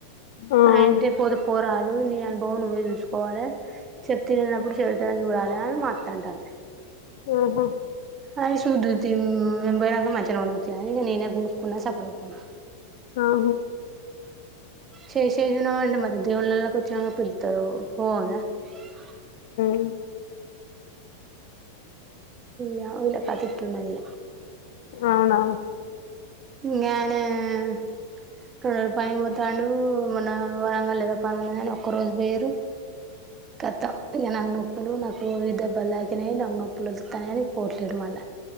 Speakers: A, on the left; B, on the right.
A: ఆ
B: అంటే పోతే పోరాదు నే అనుభవం నువ్వే చూసుకోవాలే చెప్తే ఇననపుడు చెవితో నే చూడాలే అని మా అత్త అంటంది
A: ఆహా
B: అది శుద్దుతిన్ మేం పోనాక మంచానే కూర్చున్నది అందుకే నేనే గునుకున్న సప్డీగా కూసున్నా
A: ఆహ
B: <unintelligible>
A: ఉ
B: యా వీళ్ళ పద్దతి ఉన్నది
A: అవునవును
B: ఇంకా ఆయన రెండు వేలు పని పోతాడు మొన్న వరంగల్ లో ఏదో పని ఉన్నని ఒక్క రోజు పోయరు కతం ఇంక నాకు నొప్పులు నాకు ఇ దెబ్బలు తాకినాయి నాకు నొప్పులు వాన్నాని పోట్లేయడం మళ్ళ